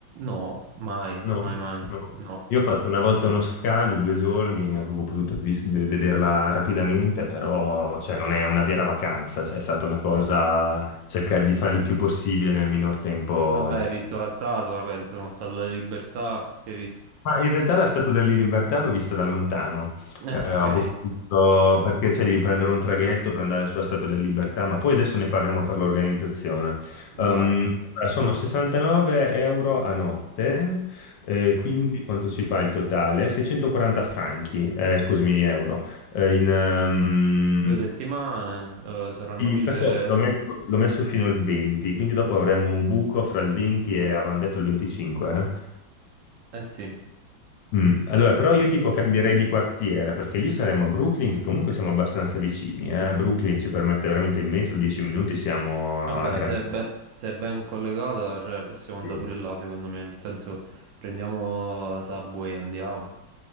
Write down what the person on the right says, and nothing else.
No, mai,
mai, mai.
No.
Vabbè,
hai visto la statua, penso, no? Statua della Libertà, che hai visto? <laughs>
Ah,
ok,
vai.
Due settimane, eh, saranno
mille...
Eh sì,
vabbè,
se
è, be- se è ben collegata, cioè, possiamo andare
pure là, secondo me, nel senso, prendiamo Subway e andiamo.